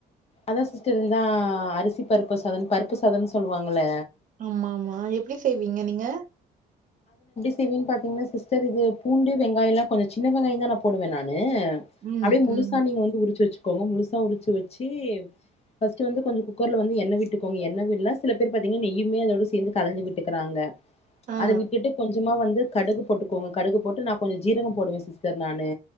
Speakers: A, on the left; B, on the right.
A: அதா சிஸ்டர் இந்தாஹ் அரிசி பருப்பு சாதோ பருப்பு சாதம்னு சொல்லுவாங்கல்ல
B: ஆமா ஆமா எப்டி செய்வீங்க நீங்க
A: சிவின் பாரத்தீங்னா சிஸ்டர் இது பூண்டு வெங்காயோல்லா கொஞ்சோ சின்ன வெங்காயந்தா நா போடுவே நானு
B: ம்
A: அ அப்டியே முழுசா
B: ம்
A: நீங்க வந்து உறிச்சு வச்சுக்கோங்க முழுசா உறிச்சு வச்சி ஃபஸ்ட்டு வந்து கொஞ்சோ குக்கர்ல வந்து எண்ணெ விட்டுக்கோங்க எண்ண விட்ல சில பேரு பாத்திங்க நெய்யுமே அதோட சேந்து கலந்து விட் டுக்கிறாங்க
B: ஆ
A: அத விட்டுட்டு கொஞ்சமா வந்து கடுகு போட்டுக்கோங்க கடுகு போட்டு நா கொஞ்சோ ஜீரகோ போடுவே சிஸ்டர் நானு